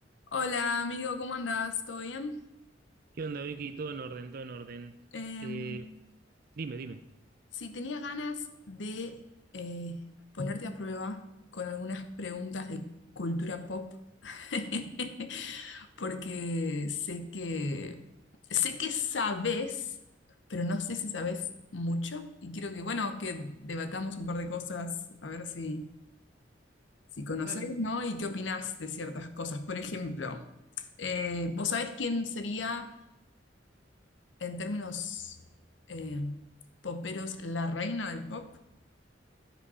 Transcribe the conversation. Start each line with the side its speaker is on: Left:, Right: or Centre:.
Left: Hola amigo, ¿cómo andás? ¿Todo bien?
Right: ¿Qué onda, Vicky? Todo en orden, todo en orden.
Left: Em,
Right: Eh, dime, dime.
Left: si tenía ganas de eh, ponerte a prueba con algunas preguntas de cultura pop, <laughs> porque sé que sé que sabes, pero no sé si sabes mucho y quiero que, bueno, que debatamos un par de cosas, a ver si, si conoces
Right: Dale.
Left: ¿no? Y qué opinás de ciertas cosas. Por ejemplo, eh, ¿vos sabés quién sería? en términos eh, poperos, la reina del pop.